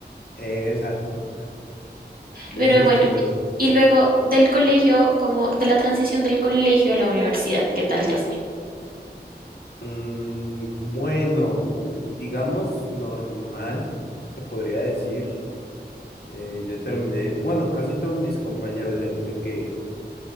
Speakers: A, on the left; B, on the right.
A: Eh, exacto, muy
B: Pero
A: sospechoso.
B: bueno, y luego del colegio, como de la transición del colegio a la universidad, ¿qué tal te fue?
A: Mm, bueno, mm, digamos normal, se podría decir. Eh, yo terminé, bueno, casi todos mis compañeros, el, el que